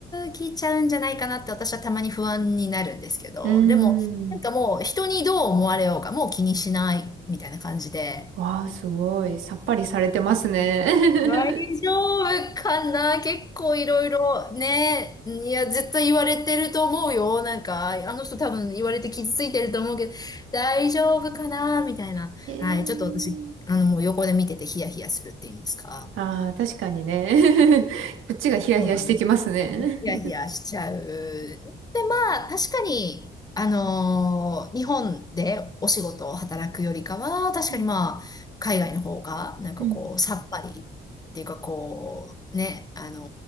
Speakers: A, on the left (about 20°); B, on the right (about 85°).
A: ぎちゃうんじゃないかなって私はたまに不安になるんですけど、
B: うー
A: でも、なんかもう人にどう思われようがもう気にしないみたいな感じで、
B: ん。わあ、すごい。さっぱりされてますね。
A: 大丈夫かな結構いろいろね、
B: <laughs>
A: いや、絶対言われてると思うよ。なんか、あの人多分言われて傷ついてると思うけど、大丈夫かなみたいな。
B: へえ。
A: はい、ちょっと私、あの、もう横で見ててヒヤヒヤするっていうんですか。
B: ああ、確かにね。<laughs> こっちがヒヤヒヤしてきますね。
A: そうなんですね。ヒヤヒヤしちゃう。
B: <laughs>
A: で、まあ、確かに、あのー日本でお仕事を働くよりかは、確かにまあ、
B: うん
A: 海外の方が、なんかこう、
B: うん
A: さっぱりっていうか、こう、ね、あの